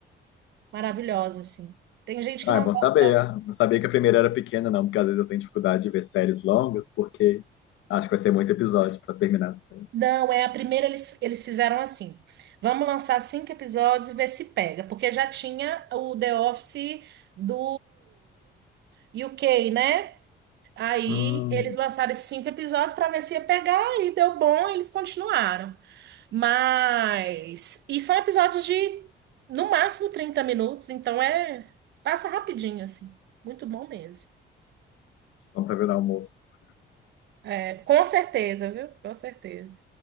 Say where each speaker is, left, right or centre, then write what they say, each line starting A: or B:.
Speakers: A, on the right; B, on the left.
A: maravilhosa, assim. Tem gente que
B: Ah,
A: não
B: é bom
A: gosta
B: saber.
A: das.
B: é. Não sabia que a primeira era pequena, não, porque às vezes eu tenho dificuldade de ver séries longas, porque acho que vai ser muito episódio para terminar a série.
A: Não, é a primeira eles, eles fizeram assim. Vamos lançar cinco episódios e ver se pega, porque já tinha o The Office do UK, né? Aí
B: Hum,
A: eles lançaram esses cinco episódios para ver se ia pegar e deu bom, eles continuaram. Mas e são episódios de no máximo 30 minutos, então é passa rapidinho assim. Muito bom mesmo.
B: vamos para ver no almoço.
A: É, com certeza, viu? Com certeza.